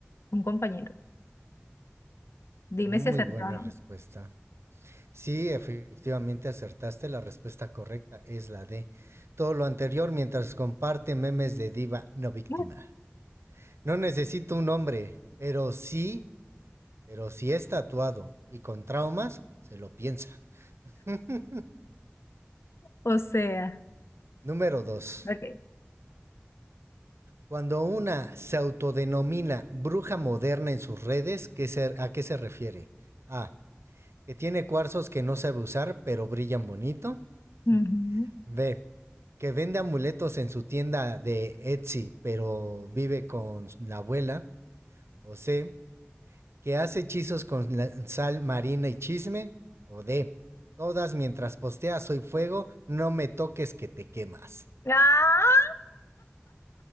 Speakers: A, on the left (about 80°); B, on the right (about 80°).
A: un compañero. Dime
B: Muy
A: si acertó
B: buena
A: o no.
B: respuesta. Sí, efectivamente acertaste, la respuesta correcta es la D. Todo lo anterior mientras comparte memes de diva no víctima.
A: <laughs>
B: No necesito un hombre, pero sí, pero si es tatuado y con traumas, se lo piensa. <laughs>
A: O sea,
B: Número 2.
A: ok.
B: Cuando una se autodenomina bruja moderna en sus redes, ¿qué se- ¿a qué se refiere? A. Que tiene cuarzos que no sabe usar, pero brillan bonito.
A: Ujú.
B: <laughs> B. Que vende amuletos en su tienda de Etsy, pero vive con la abuela. O C. Que hace hechizos con la- sal marina y chisme. O D. Todas mientras postea soy fuego, no me toques que te quemas.
A: ¡Ah!